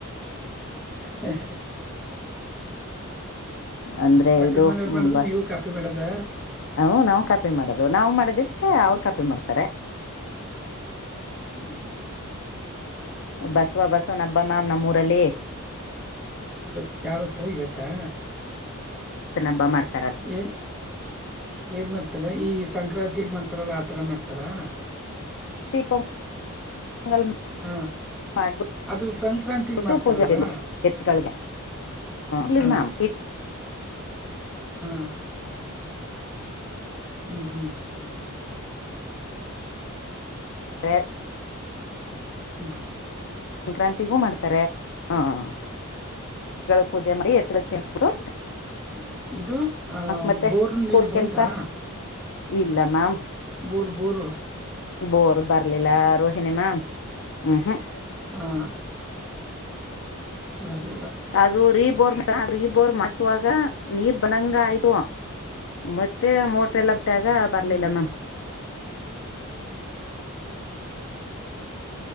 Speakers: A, in the centre; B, on the left.
A: ಹ
B: ಅಂದ್ರೆ
A: ಪಕ್ಕದ
B: ಇದು
A: ಮನೆಯವ್ರು ಮಾಡಿದ್ರು
B: ಬ
A: ನೀವು ಕಾಪಿ ಮಾಡದ
B: ಹ ನಾವು ಕಾಪಿ ಮಾಡೋದು ನಾ ಮಾಡದಿದಕ್ಕೆ ಅವರು ಕಾಪಿ ಮಾಡ್ತಾರೆ
A: ಹ್ಮ್
B: ಬಸ್ವ ಬಸವ ನಬ್ಬ ಮ್ಯಾಮ್ ನಮ್ಮೂರಲ್ಲಿ
A: ಇವತ್ ಯಾವತ್ತು ಇವತ್ತಾ
B: ಬ್ಬ ಮಾಡತ <unintelligible>
A: ಏನ್ ಏನ್ ಮಾಡ್ತಾರೆ ಈ ಸಂಕ್ರಾಂತಿಲಿ ಮಾಡ್ತ ಹತ್ರಲ್ಲ ಆಥರ ಮಾಡ್ತಾರಾ
B: ದೀಪ ಮಂಗಲ್
A: ಹಾ
B: ಮಾಡ
A: ಅದು ಸಂಕ್ರಾಂತಿಲ್ ಮಾಡ್ತಾರಲ್ವಾ
B: ಟ ಪೂಜ ಎತ್ತುಗಲ್ ಇ
A: ಹಾ
B: ಮಾಮ
A: ಹಾ ಹಾ ಹ್ಮ್ ಹ್ಮ್ ಹ್ಮ್ ಸರಿ ಸರಿ
B: ಹ
A: ಹ
B: ಸಂಕ್ರಾಂತಿಗೂ ಮಾಡ್ತಾರೆ ಹಾಗಳು ಪೂಜೆ ಮಾಡಿ ಎತ್ ತಿಸಬಿಟ್ಟು
A: ಹ್ಮ ಇದು ಆ
B: ಮತ್ತೆ
A: ಬೋರ್
B: ಸ್ಕೂಲ್
A: ನೀರ್ ಬಂತಾ
B: ಕೆಲ್ಸ ಇಲ್ಲ ಮ್ಯಾಮ್
A: ಬರ್ರ್ ಬರು
B: ಬೋರ್ ಬರ್ಲಿಲ್ಲ ರೋಹಿಣಿ ಮಾ ಹ್ಮ್ ಹ್ಮ್
A: ಹಾ ನಲ್ಲ
B: ಅದು ರೀಬೋರ್ ರೀಬೋರ್ಮ ಮಾಡಸಾಗ ನೀರ್ ಬನಂಗ
A: ಹ್ಮ್
B: ಆಯ್ತು ಮತ್ತೆ ಮೋಟ್ರ ಎಲ್ಲ ಬಿಟ್ಟಾಗ ಬರ್ಲಿಲ್ಲ
A: ಹ್ಮ್
B: ಮ್ಯಾಮ್
A: ಹ್ಮ್